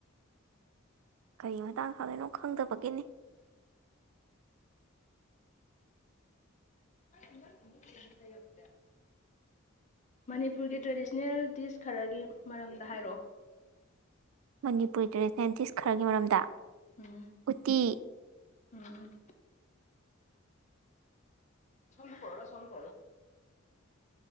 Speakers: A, on the right (about 80°); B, on the left (about 35°).
A: ꯀꯔꯤ ꯃꯇꯥꯡ ꯁꯥꯥꯗꯣꯏꯅꯣ ꯈꯪꯗꯕꯒꯤꯅꯤ
B: ꯅ ꯀꯗꯦ ꯑꯣꯏꯗꯦ ꯃꯅꯤꯄꯨꯔꯒꯤ ꯇ꯭ꯔꯦꯗꯤꯁꯅꯦꯜ ꯗꯤꯁ ꯈꯔꯒꯤ ꯃꯔꯝꯗ ꯍꯥꯏꯔꯛꯑꯣ
A: ꯃꯅꯤꯄꯨꯔꯤꯗꯔꯤ ꯁꯥꯏꯟꯇꯤꯁ ꯈꯔꯒꯤ ꯃꯔꯝꯗ
B: ꯎꯝ
A: ꯎꯠꯇꯤ
B: ꯎꯝ ꯁꯣꯟꯗ ꯄꯣꯔꯅꯨ ꯁꯣꯝꯗ ꯄꯣꯔꯂ